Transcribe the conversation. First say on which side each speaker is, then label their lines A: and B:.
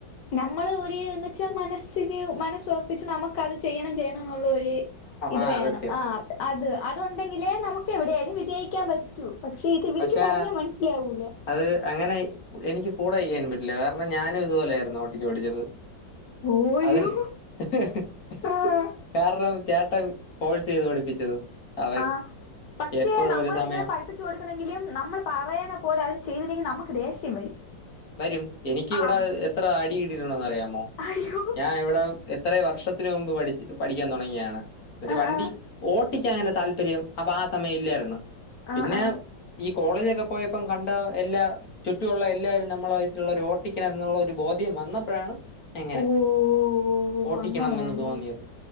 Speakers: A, on the left (about 65°); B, on the left (about 50°).
A: നമ്മള് ഒരു എന്ന് വെച്ചാൽ മനസ്സിന് മനസ്സ് ഉറപ്പിച്ച് നമുക്കത് ചെയ്യണം ചെയ്യണം എന്നുള്ള ഒര് ഇത്
B: ആ
A: വേണം
B: സത്യം
A: ആ അത് അത്ണ്ടെങ്കിലേനമുക്ക് എവിടെയാലും വിജയിക്കാൻ പറ്റൂ പക്ഷെ ഇത് ഇവരിക്ക്
B: പക്ഷെ
A: പറഞ്ഞാ മനസ്സിലാവൂല
B: അത് അങ്ങനെ എനിക്ക് കൂടെ ചെയ്യാനും പറ്റില്ല കാരണം ഞാനും ഇതുപോലെയായിരുന്നു ഓട്ടിച്ച് പടിച്ചത്
A: പോയോ
B: ഹ്അതേ ഹ ഹേ
A: ആഹ്
B: കാരണം ചേട്ടൻ ഫോഴ്‌സ് ചെയ്ത് പഠിപ്പിച്ചത് അവൻ
A: ആ പക്ഷെ
B: എപ്പോഴും
A: നമ്മൾ
B: ഒരു സമയം
A: ഇങ്ങനെ പഠിപ്പിച്ചു കൊടുക്കണെങ്കിലും നമ്മൾ പറയണ പോലെ അവര് ചെയ്തില്ലെങ്കിൽ നമുക്ക് ദേഷ്യം വരും
B: വരും. എനിക്കിവിടെ
A: ആഹ് അത്
B: എത്ര അടി കിട്ടിയിട്ടുണ്ടെന്ന് അറിയാമോ?
A: അയ്യോ
B: ഞാൻ ഇവിടെ! എത്ര വർഷത്തിനു മുമ്പ് പഠിച്ച പഠിക്കാൻ തുടങ്ങിയാണ്. എന്നിട്ടു്
A: ആഹ്
B: വണ്ടി!
A: ആഹ്
B: ട്ടിക്കനെ താല്പര്യം. അപ്പൊ ആ സമയം ഇല്ലായിരുന്നു. പിന്നെ
A: ആഹ് ആഹ്
B: ഈ! കോളേജൊക്കെ പോയപ്പം കണ്ട എല്ലാ ചുറ്റുമുള്ള എല്ലാവരും നമ്മ! നമ്മളെ വയസ്സിലുള്ള ഒരു ഓട്ടിക്കൻ എന്നുള്ള ഒരു ബോധ്യം വന്നപ്പോഴാണ്! എങ്ങനെ
A: ഓഹ്
B: ഓട്ടിക്കണമെന്ന്
A: അങ്ങനെയാണല്ലേ
B: തോന്നിയത്